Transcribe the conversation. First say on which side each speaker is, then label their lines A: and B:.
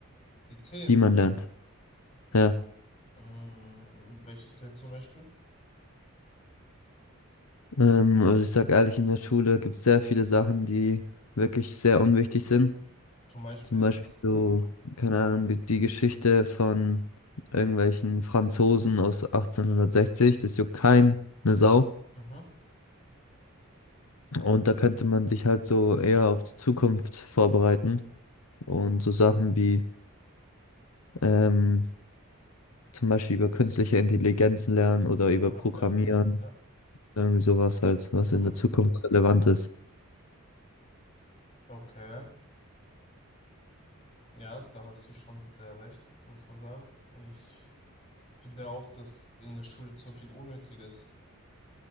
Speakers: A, on the left; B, on the left.
A: Die Themen.
B: die man lernt. Ja.
A: Mm, welche Themen zum Beispiel?
B: Ähm, also ich sag ehrlich, in der Schule gibt es sehr viele Sachen, die wirklich sehr unwichtig sind.
A: Zum Beispiel.
B: Zum Beispiel
A: So,
B: so,
A: ja.
B: keine Ahnung, die die Geschichte von irgendwelchen Franzosen aus 1860, das juckt keinen, ne Sau.
A: Mhm.
B: Und da könnte man sich halt so eher auf die Zukunft vorbereiten und so Sachen wie ähm, zum Beispiel über künstliche Intelligenzen lernen oder
A: Ja,
B: über Programmieren,
A: ja, ja. ja.
B: irgendwie sowas halt, was
A: Mhm.
B: in der Zukunft relevant ist.
A: Okay. Ja, da hast du schon sehr recht, muss man sagen. Ich finde auch, dass in der Schule zu viel Unnötiges,